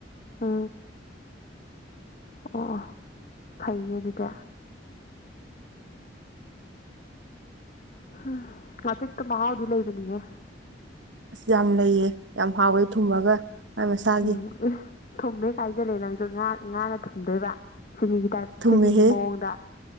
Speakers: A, on the left (about 45°); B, on the right (about 75°).
A: ꯑ ꯑꯣ ꯐꯩꯅꯦ ꯑꯗꯨꯗꯤ ꯑꯍꯥ ꯉꯥꯆꯤꯛꯇꯣ ꯃꯍꯥꯎꯗꯤ ꯂꯩꯕꯅꯤꯍꯦ
B: ꯑꯁ ꯌꯥꯝ ꯂꯩꯌꯦ ꯌꯥꯝ ꯍꯥꯎꯋꯦ ꯊꯨꯝꯃꯒ ꯃꯥꯏ ꯃꯁꯥꯒꯤ
A: ꯎꯝ ꯏꯁ ꯊꯨꯝꯃꯦ ꯀ ꯍꯥꯏꯖꯜꯂꯦ ꯅꯪꯁꯨ ꯉꯥ ꯉꯥꯅ ꯊꯨꯝꯗꯣꯏꯕ ꯆꯤꯅꯤꯒꯤ ꯇꯥꯏꯞ
B: ꯊꯨꯝꯃꯤꯍꯦ
A: ꯆꯤꯅꯤꯒꯤ ꯃꯑꯣꯡꯗ